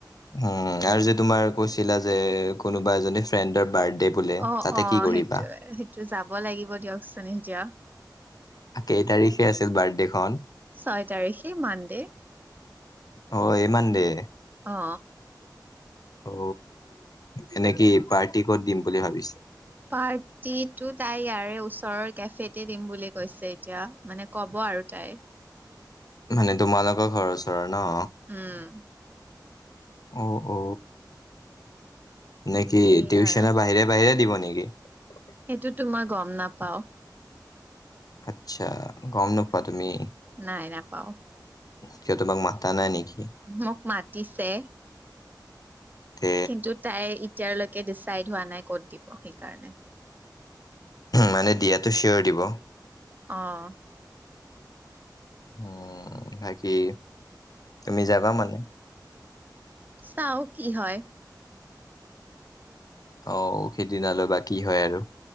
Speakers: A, on the left (about 55°); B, on the right (about 25°).
A: উম আৰু যে তোমাৰ কৈছিলা যে কোনোবা এজনী ফ্ৰেণ্ডৰ বাৰ্থ ডে বোলে
B: অ
A: তাতে
B: অ
A: কি কৰিবা?
B: সেইটো সেইটো যাব লাগিব দিয়কচোন এতিয়া
A: কেই তাৰিখে আছিল বাৰ্থডেখন?
B: ছয় তাৰিখে মানডে।
A: অ এই মানডে।
B: অ
A: অ এনে কি পাৰ্টি কত দিম বুলি ভাবিছে?
B: পাৰ্টিটো তাই ইয়াৰে ওচৰৰ কেফেতে দিম বুলি কৈছে এতিয়া মানে ক'ব আৰু তাই।
A: মানে তোমালোকৰ ঘৰৰ ওচৰৰ ন?
B: উম
A: অ অ নেকি
B: সেয়ে
A: টিউচনৰ
B: আৰু
A: বাহিৰে বাহিৰে দিব নেকি? নেকি?
B: সেইটোতো মই গম নাপাও।
A: আচ্ছা গম নোপোৱা তুমি।
B: নাই নাপাও।
A: সিয়হ তোমাক মাতা নাই নেকি?
B: মোক মাতিছে
A: তে
B: কিন্তু তাই এতিয়াৰলৈকে ডিচাইড হোৱা নাই ক'ত দিব সেইকাৰণে।
A: মানে দিয়াটো চিঞৰ দিব।
B: অহ
A: উ বাকী তুমি যাবা মানে?
B: চাও কি হয়।
A: অ সেইদিনালৈ বা কি হয় আৰু?